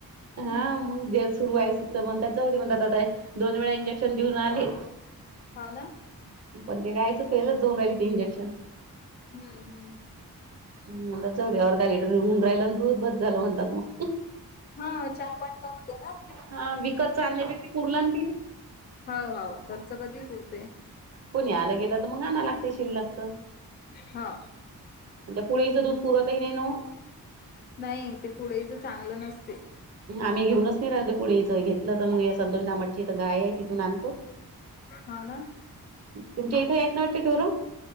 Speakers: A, on the right (about 40°); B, on the left (about 30°).
A: हा
B: हो
A: मंग बेस सुरु आहे म्हणात जाऊ म्हणातात दोन वेळा इंजेक्शन देऊन आले.
B: हा ना
A: पण ते गायचं फेलच जाऊन राहिली ते इंजेक्शन.
B: हम्म हम्म
A: हम्म जाऊ दे अर्धा लिटर हुंन रायलना दूध बस झालं म्हणतात मग.
B: हा चहा पाणी भागते ना
A: हा विकतच आणल्यापेक्षा पुरलं ते
B: हो हो खर्च कधी पुरते.
A: कोण आलं गेलं तर मग आणायं लागते शिल्लाकच.
B: हा
A: त्या पुळीच दूध पुरवतही नाही नवो.
B: नाही ते पुढेच चांगलं नसते.
A: आम्ही घेऊनच नाही राहिल ते पुडी च घेतलं तर मग संतोष दामटची गाय आहे तिथून आणतो.
B: हो ना
A: तुमच्या इथ येतं नाय वाटत ट्युरो.